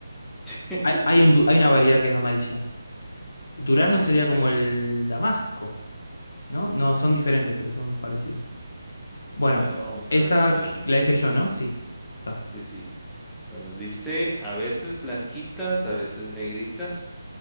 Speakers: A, in the centre; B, on the left.
A: <laughs>
B: hay, hay un du- hay una variedad que es amarilla. El durazno
A: Ok,
B: sería
A: ok,
B: como
A: ok.
B: el damasco, ¿no? No, son diferentes, pero son parecidos. Bueno,
A: Bueno, vamos
B: esa
A: a ver la mía.
B: que- la dije yo, ¿no? Sí. Está.
A: Sí, sí. Bueno, dice, a veces blanquitas, a veces negritas,